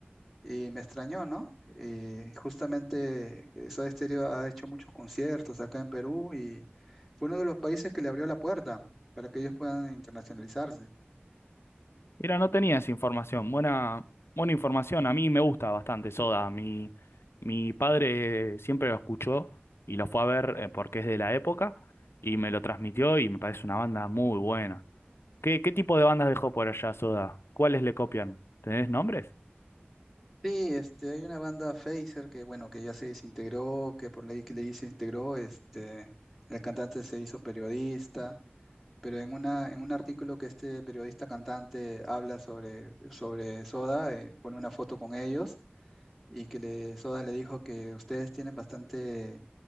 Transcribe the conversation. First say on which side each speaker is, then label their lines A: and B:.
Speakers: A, in the centre; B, on the left (about 80°).
A: y me extrañó, ¿no? Y justamente eh, Soda Stereo ha hecho muchos conciertos acá en Perú y fue uno de los países que le abrió la puerta para que ellos puedan internacionalizarse.
B: Mira, no tenía esa información. Buena, buena información. A mí me gusta bastante Soda. Mi, mi padre siempre lo escuchó y lo fue a ver eh, porque es de la época y me lo transmitió y me parece una banda muy buena. ¿Qué, qué tipo de bandas dejó por allá Soda? ¿Cuáles le copian? ¿Tenés nombres?
A: Sí, este, hay una banda Phaser que, bueno, que ya se desintegró, que por ley que le se integró, este, el cantante se hizo periodista, pero en una, en un artículo que este periodista cantante habla sobre, sobre Soda, eh, pone una foto con ellos y que le, Soda le dijo que ustedes tienen bastante,